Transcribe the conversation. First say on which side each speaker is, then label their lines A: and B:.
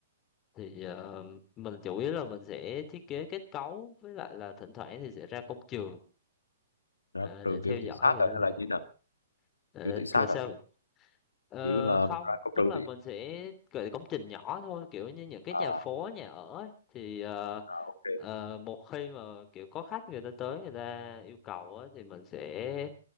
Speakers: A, on the left; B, on the left.
A: thì ờ, mình chủ yếu là mình sẽ thiết kế kết cấu với lại là thỉnh thoảng thì sẽ ra công trường
B: ra
A: ờ,
B: trường
A: để theo
B: kiểu
A: dõi
B: tự sát
A: người
B: à,
A: ta
B: hay
A: làm
B: là như thế nào?
A: Ờ,
B: Kiểu tự sát
A: là sao
B: à?
A: Ờ,
B: kiểu là
A: không,
B: mình ra có
A: tức
B: trừ
A: là
B: thì
A: mình sẽ gửi công trình nhỏ thôi, kiểu như những cái
B: à,
A: nhà phố, nhà ở ấy. Thì ờ,
B: à ok
A: ờ, một khi mà kiểu có khách người ta tới người ta yêu cầu á, thì mình sẽ